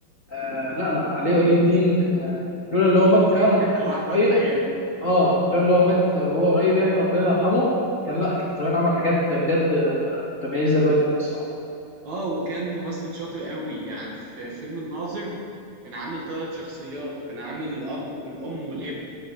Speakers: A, on the left; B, on the right.
A: آه لا لا علي ولي الدين آه لولا اللي هو مات فعلا
B: <laughs>
A: آه،
B: لوحده
A: قريب
B: الحقيقه
A: اه لولا اللي هو مات وهو قريب يعني ربنا يرحمه كان لا كان زمان عمل حاجات بجد متميزه دلوقتي قوي الصراحه
B: اه وكان ممثل شاطر قوي يعني في فيلم الناظر كان عامل ثلاث شخصيات كان عامل الاب والام والابن